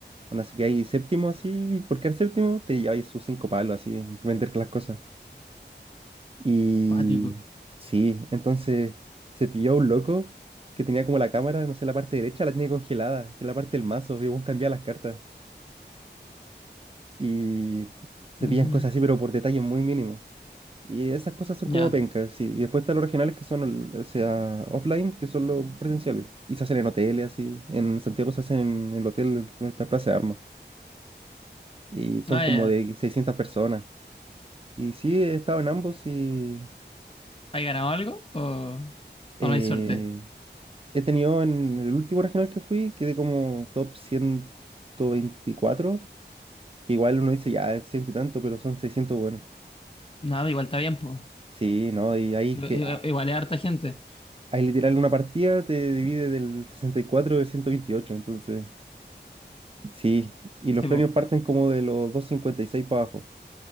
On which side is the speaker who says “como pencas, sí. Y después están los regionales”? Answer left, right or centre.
Right